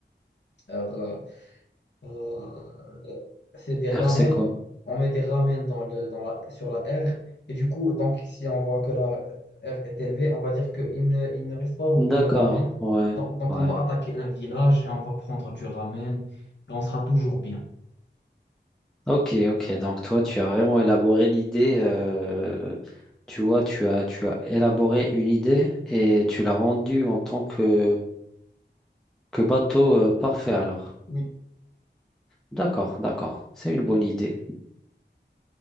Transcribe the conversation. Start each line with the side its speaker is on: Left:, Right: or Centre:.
Left: R, euh, c'est des ramen.
Centre: R, c'est quoi?
Left: On met des ramen dans le, dans la, sur la R. Et du coup, donc si on voit que la R est élevée, on va dire qu'il ne, il ne reste pas beaucoup
Centre: D'accord,
Left: de ramen.
Centre: ouais,
Left: Donc, donc
Centre: ouais.
Left: on va attaquer un village et on va prendre du ramen et on sera toujours bien.
Centre: Ok, ok. Donc toi, tu as vraiment élaboré l'idée. euh, tu vois, tu as, tu as élaboré une idée et tu l'as rendue en tant que, que bateau euh, parfait alors.
Left: Oui.
Centre: D'accord, d'accord. C'est une bonne idée.